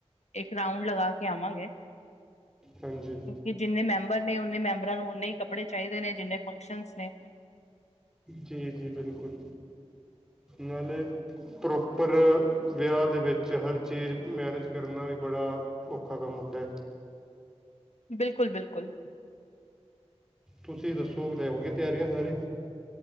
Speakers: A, on the left (about 80°); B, in the centre.
A: ਇੱਕ ਰਾਊਂਡ ਲਗਾ ਕੇ ਆਵਾਂਗੇ ਕਿਉਂਕਿ
B: ਹਾਂਜੀ
A: ਜਿੰਨੇ ਮੈਂਬਰ ਨੇ ਓਨੇ ਮੈਂਬਰ ਰ ਨੂੰ ਓਨੇ ਹੀ ਕੱਪੜੇ ਚਾਹੀਦੇ ਨੇ ਜਿੰਨੇ ਫੰਕਸ਼ਨਸ ਨੇ
B: ਜੀ ਜੀ ਬਿਲਕੁਲ ਨਾਲੇ ਪ੍ਰੋਪਰ ਵਿਆਹ ਦੇ ਵਿੱਚ ਹਰ ਚੀਜ਼ ਮੈਨੇਜ ਕਰਨਾ ਬੜਾ ਔਖਾ ਕੰਮ ਹੁੰਦੈ
A: ਬਿਲਕੁਲ ਬਿਲਕੁਲ
B: ਤੁਸੀਂ ਦੱਸੋ ਲਿਆਓਗੇ ਤਿਆਰੀਆਂ ਸਾਰੇ